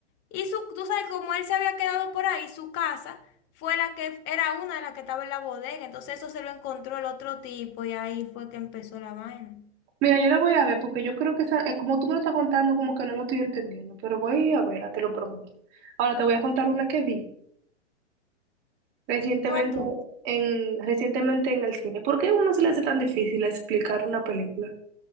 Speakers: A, on the left (about 30°); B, on the right (about 30°).
A: y su, tú sabes, como él se había quedado por ahí, su casa fue la que, era una de las que estaba en la bodega, entonces eso se lo encontró el otro tipo, y ahí fue que empezó la vaina.
B: Mira, yo la voy a ver porque yo creo que esa- eh, como tú me lo estás contando, como que no lo estoy entendiendo, pero voy a verla, te lo prometo. Ahora te voy a contar una que vi. Recientemente
A: ¿Cuál tú?
B: en, recientemente en el cine. ¿Por qué a uno se le hace tan difícil explicar una película?